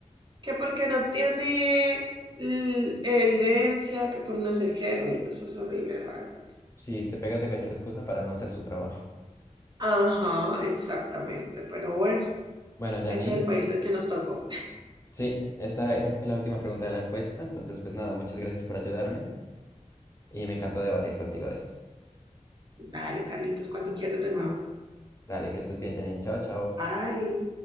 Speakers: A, on the right; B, on the left.
A: que porque no tiene l- evidencia, que por no sé qué, uy, no, eso es horrible, la verdad.
B: Si se pegan de cualquier excusa para no hacer su trabajo.
A: Ajá, exactamente, pero bueno,
B: Bueno, Janine,
A: ese es el país en el que nos tocó.
B: sí, esa, esa fue la última pregunta de la encuesta. Entonces, pues nada, muchas gracias por ayudarme y me encantó debatir contigo de esto.
A: <laughs> Dale, Carlitos, cuando quieres de nuevo.
B: Dale, que estés bien, Janine. Chao, chao.
A: Ay.